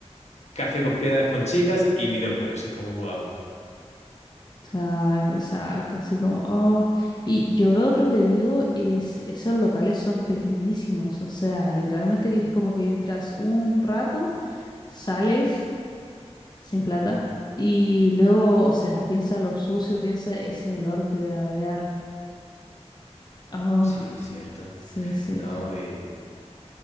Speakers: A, on the left; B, on the left.
A: café con piernas con chicas y videojuegos. Es como, wow.
B: Exacto, exacto, así como, oh. Y yo lo otro que digo es, esos locales son pequeñísimos, o sea, literalmente que es como que entras un rato, sales sin plata y luego, o sea, piensa lo sucio, piensa ese olor que debe haber. Oh,
A: Sí, cierto.
B: sí, sí.
A: No, eh,